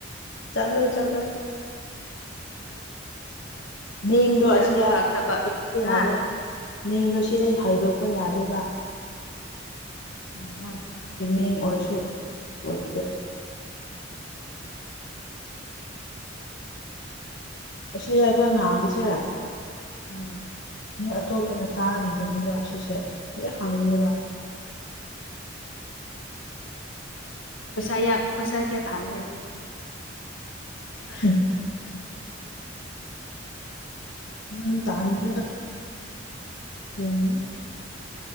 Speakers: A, on the left; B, on the left.
A: ꯆꯠꯂꯣ ꯆꯠꯂꯣ ꯃꯤꯡꯗꯣ
B: ꯆꯠꯂꯗꯤ
A: ꯁꯤꯗꯄ
B: ꯐꯒꯗꯕ
A: ꯌꯥꯗꯦ
B: ꯍꯥ
A: ꯃꯤꯡꯗꯣ ꯁꯤꯗ ꯍꯥꯏꯗꯣꯛꯄ ꯌꯥꯗꯦꯕ
B: ꯎꯝ
A: ꯃꯤꯡ ꯑꯣꯏꯔꯁꯨ <unintelligible> ꯑꯁꯤꯁꯦ ꯑꯩꯈꯣꯏ ꯉꯥꯡꯕꯁꯦ
B: ꯎꯝ
A: ꯃꯤ ꯑꯇꯣꯞꯄꯅ ꯇꯥꯔꯤꯕꯅꯦꯕ ꯁꯤꯁꯦ ꯂꯣꯏ ꯍꯪꯉꯕ
B: ꯄꯩꯁꯥ ꯄꯩꯁꯥ ꯀꯌꯥ ꯇꯥꯜꯂꯦ
A: <unintelligible> <unintelligible>